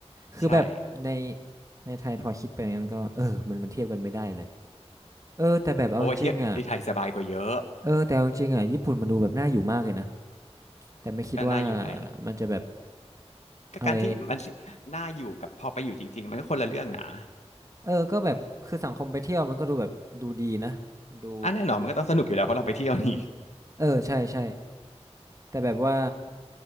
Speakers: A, on the right; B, on the left.
A: คือแบบใน
B: ใช่
A: ในไทยพอคิดไปงั้นก็เออมันมันเทียบกันไม่ได้เลยเออแต่แบบเอาจริงๆอ่ะ
B: โอ้ยเที่ยที่ไทยสบายกว่าเยอะ
A: เออแต่เอาจริงๆอ่ะญี่ปุ่นมันดูแบบน่าอยู่มากเลยนะแต่ไม่คิดว่า
B: ก็น่าอยู่ไง
A: มันจะแบบ
B: ก็การที่มันสิน่าอยู่กับพอไปอยู่จริงๆมันก็คนละเรื่องนะ
A: อะไรเออก็แบบคือสังคมไปเที่ยวมันก็ดูแบบดูดีนะดู
B: อ่ะแน่นอนมันก็ต้องสนุกอยู่แล้วเพราะเราไปเที่ยวนี่
A: เออใช่ใช่แต่แบบว่า